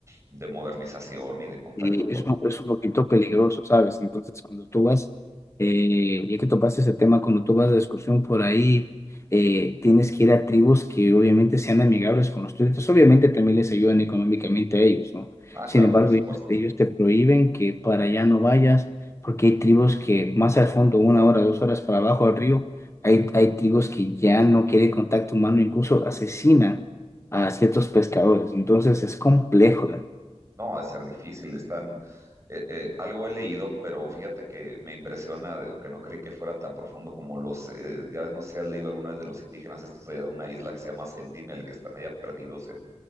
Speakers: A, on the right (about 25°); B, on the left (about 25°).
A: de modernización ni de contacto
B: Y
A: con.
B: es, un- es un poquito peligroso, ¿sabes? Entonces, cuando tú vas, eh, ya que topaste ese tema, cuando tú vas de excursión por ahí, eh, tienes que ir a tribus que obviamente sean amigables con los turistas. Obviamente también les ayudan económicamente a ellos, ¿no?
A: Ah,
B: Sin
A: claro,
B: embargo,
A: por supuesto.
B: ellos, ellos te prohíben que para allá no vayas, porque hay tribus que más al fondo, una hora, dos horas para abajo al río, hay, hay tribus que ya no quieren contacto humano, incluso asesinan a ciertos pescadores. Entonces, es complejo,
A: No, ha de ser difícil. Están, eh, eh, algo he leído, pero fíjate que me impresiona de- que no creí que fuera tan profundo como los, eh, ya no sé si has leído alguna vez de los indígenas, estos allá de una isla que se llama Sentinel, que están allá perdidos en,